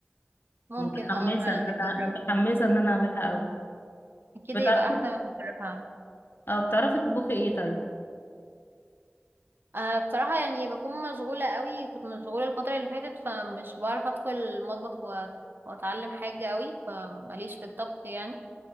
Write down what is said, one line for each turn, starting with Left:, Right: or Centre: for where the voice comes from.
Right: ممكن
Left: متحمسه
Right: اه فعلا
Left: ان
Right: بيتجرب
Left: انا متحمسه ان انا اعملها قوي
Right: اكيد
Left: بتعرفي
Right: هيبقى احلى من بره فعلا
Left: أو بتعرفي تطبخي إيه طيب
Right: أه بصراحة يعني بكون مشغولة قوي كنت مشغولة الفترة اللي فاتت فمش بعرف ادخل المطبخ و- واتعلم حاجة قوي فماليش في الطبخ يعني